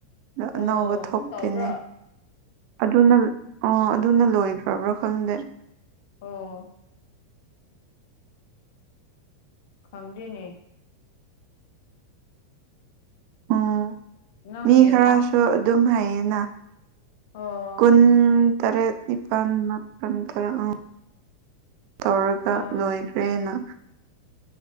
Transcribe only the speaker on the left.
ꯑꯣ
ꯑꯗꯨꯝ
ꯇꯧꯕ꯭ꯔꯥ
ꯑꯣ ꯈꯪꯗꯦꯅꯦ
ꯅꯪ
ꯌꯦꯡꯉꯣ
ꯑꯣ
ꯑꯣ